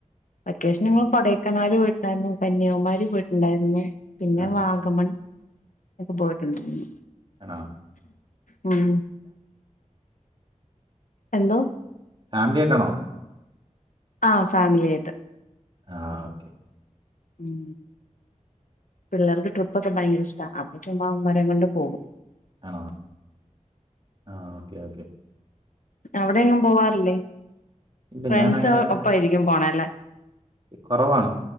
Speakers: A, on the left; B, on the right.
A: വെക്കേഷന് ഞങ്ങൾ
B: ഉം,
A: കൊടൈക്കനാൽ പോയി യിട്ടുണ്ടാരുന്നു കന്യാകുമാരി പോയിട്ടുണ്ടായിരുന്നു പിന്നെ
B: ആ,
A: വാഗമൻ ഒക്കെ പോയിട്ടുണ്ടാരുന്നു
B: ആണോ
A: ഉം എന്തോ
B: ഫാമിലി ആയിട്ടാണോ
A: ആ ഫാമിലി ആയിട്ട്
B: ആ ഓക്കെ
A: ഉം പിള്ളേർക്ക് ട്രിപ്പൊക്കെ ഭയങ്കര ഇഷ്ടവാ അപ്പൊ ചുമ്മാ അവന്മാരെയും കൊണ്ട് പോകും
B: ആണോ ആ ഓക്കെ ഓക്കെ
A: അവിടെയെങ്ങും പോകാറില്ലേ
B: ഇല്ല
A: ഫ്രണ്ട്സ്
B: ഞാൻ അങ്ങനെ
A: ഒപ്പായിരിക്കും പോണല്ലേ
B: കുറവാണ്